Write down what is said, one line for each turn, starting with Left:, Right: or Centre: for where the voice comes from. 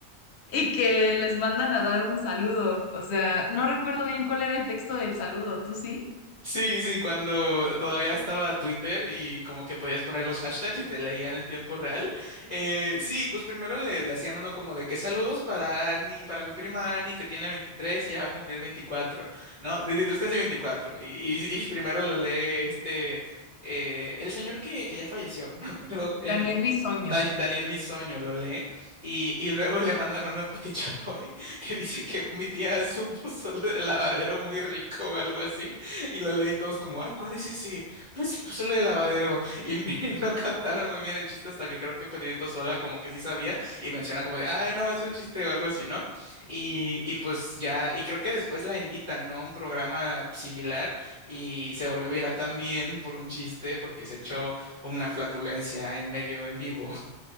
Left: y que les mandan a dar un saludo. O sea, no recuerdo bien cuál era el texto del saludo, ¿tú sí?
Right: Sí, sí, cuando todavía estaba Twitter y como que podías poner los hashtags y te leían en tiempo real. Eh, sí, pues primero le, le hacían uno como de que saludos para Ani, para mi prima Ani que tiene 23 y ya va a cumplir 24, ¿no? veintitrés casi 24. Y, y, y primero lo lee este, eh, el señor que, que ya falleció, <laughs> me acuerdo, el...
Left: Daniel Bisoño.
Right: Dan- Daniel Bisoño lo lee y, y luego le mandan uno a Pati Chapoy <laughs> que dice que mi tía hace un pozole de lavadero muy rico o algo así. <laughs> Y lo leí todos como, ay, ¿cuál es ese? ¿Cuál es el pozole de lavadero? Y, ni- <laughs> no captaron muy bien el chiste hasta que creo que Pedrito Sola como que sí sabía y menciona como de, ay, no, es un chiste o algo así, ¿no? Y, y pues ya, y creo que después la invitan, ¿no? A un programa similar y se volvió viral también por un chiste porque se echó una flatulencia en medio en vivo.